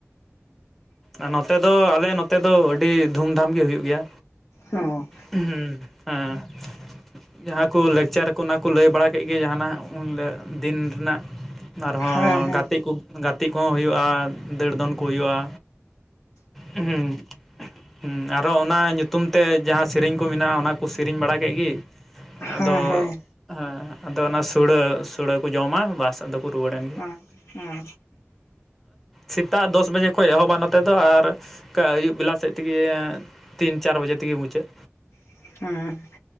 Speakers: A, in the centre; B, on the left.
A: ᱟᱨ ᱱᱚᱛᱮ ᱫᱚ ᱟᱞᱮ ᱱᱚᱛᱮ ᱫᱚ ᱟᱹᱰᱤ ᱫᱷᱩᱢ ᱫᱷᱟᱢ ᱜᱮ ᱦᱩᱭᱩᱜ ᱜᱮᱭᱟ᱾
B: ᱚᱸ
A: <unintelligible> ᱡᱟᱦᱟᱸ ᱠᱚ ᱞᱮᱠᱪᱟᱨᱟᱠᱚ ᱚᱱᱟ ᱠᱚ ᱞᱟᱹᱭ ᱵᱟᱲᱟ ᱠᱮᱫ ᱜᱮ ᱡᱟᱦᱟᱱᱟᱜ ᱩᱱᱦᱤᱞᱚᱜ ᱫᱤᱱ ᱨᱮᱱᱟᱜ᱾ ᱟᱨᱦᱚᱸ
B: ᱦᱮᱸ ᱦᱮᱸ
A: ᱜᱟᱛᱮᱜ ᱠᱚ ᱜᱟᱛᱮᱜ ᱠᱚᱦᱚᱸ ᱦᱩᱭᱩᱜᱼᱟ ᱫᱟᱹᱲ ᱫᱚᱱ ᱠᱚ ᱦᱩᱭᱩᱜᱼᱟ᱾ ᱦᱩᱸ ᱦᱩᱸ ᱟᱨᱦᱚᱸ ᱚᱱᱟ ᱧᱩᱛᱩᱢ ᱛᱮ ᱡᱟᱦᱟᱸ ᱥᱮᱨᱮᱧ ᱠᱚ ᱢᱮᱱᱟᱜᱼᱟ ᱚᱱᱟ ᱠᱚ ᱥᱮᱤᱨᱧ ᱵᱟᱲᱟ ᱠᱮᱫ ᱜᱮ
B: ᱦᱮᱸ
A: ᱟᱫᱚ
B: ᱦᱮᱸ
A: ᱦᱮᱸ ᱟᱫᱚ ᱚᱱᱟ ᱥᱩᱲᱟᱹ ᱥᱩᱲᱟᱹ ᱠᱚ ᱡᱚᱢᱟ ᱵᱟᱥ ᱟᱫᱚ, ᱨᱩᱣᱟᱹᱲᱮᱱ ᱜᱮ,
B: ᱦᱮᱸ ᱦᱮᱸ
A: ᱥᱮᱛᱟᱜ ᱫᱚᱥ ᱵᱟᱡᱮ ᱠᱷᱚᱡ ᱮᱦᱚᱵᱟ, ᱛᱟᱦᱞᱮ ᱛᱚ ᱟᱨ ᱟᱹᱭᱩᱵ ᱵᱮᱞᱟ ᱥᱮᱫ ᱛᱮᱜᱮ ᱛᱤᱱ ᱪᱟᱨ ᱵᱟᱡᱮ ᱛᱮᱜᱮ ᱢᱩᱪᱟᱹᱫ
B: <unintelligible>